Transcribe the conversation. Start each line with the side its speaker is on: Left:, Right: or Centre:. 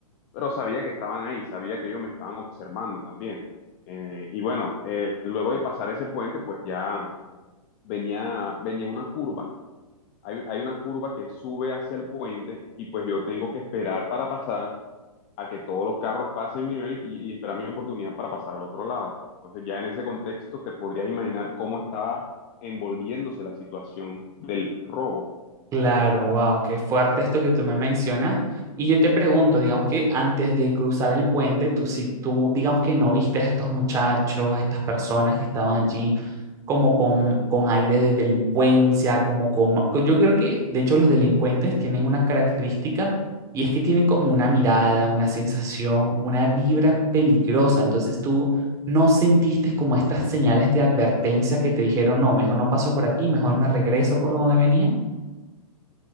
Left: pero sabía que estaban ahí, sabía que ellos me estaban observando también. Eh, y bueno, eh, luego de pasar ese puente, pues ya venía, venía una curva hay, hay una curva que sube hacia el puente y pues yo tengo que esperar para pasar a que todos los carros pasen primero y, y esperar mi oportunidad para pasar al otro lado. Entonces ya en ese contexto te podrías imaginar cómo estaba envolviéndose la situación del robo.
Right: Claro, wow, qué fuerte esto que tú me mencionas. Y yo te pregunto, digamos que antes de cruzar el puente, tú, si tú, digamos que no viste a estos muchachos, a estas personas que estaban allí, como con, con aire de delincuencia, como con... ma- Yo creo que, de hecho, los delincuentes tienen una característica y es que tienen como una mirada, una sensación, una vibra peligrosa. Entonces tú no sentiste como estas señales de advertencia que te dijeron, no, mejor no paso por aquí, mejor me regreso por donde venía.